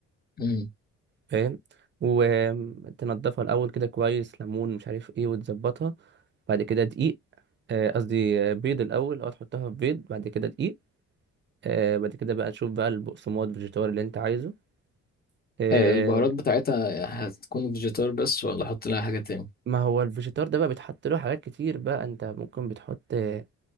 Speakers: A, on the left; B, on the right.
A: مم.
B: فاهم وتنضفها الاول كده كويس ليمون مش عارف ايه وتظبطها بعد كده دقيق آه، قصدي آه، بيض الاول اه تحطها في بيض بعد كده دقيق آه، بعد كده بقى تشوف بقى البقسماط الفيجيتار اللي انت عايزه آه،
A: آه، البهارات بتاعتها هتكون فيجيتار بس ولا احط لها حاجه تاني
B: ما هو الفيجيتار ده بقى بيتحط له حاجات كتير بقى انت ممكن بتحط آه،